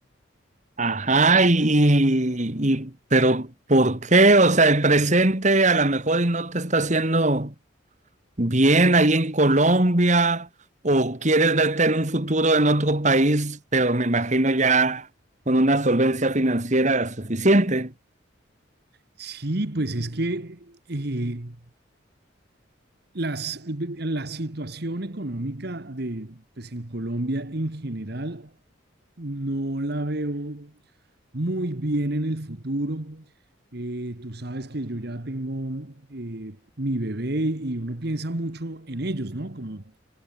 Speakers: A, on the right (about 35°); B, on the right (about 55°).
A: Ajá, y, y, y- pero ¿por qué? O sea, el presente a lo mejor y no te está haciendo. bien ahí en Colombia o quieres verte en un futuro en otro país, pero me imagino ya con una solvencia financiera suficiente,
B: Sí, pues es que eh, las, la situación económica de, pues en Colombia en general No la veo muy bien en el futuro. Eh, tú sabes que yo ya tengo eh, mi bebé y uno piensa mucho en ellos, ¿no? Como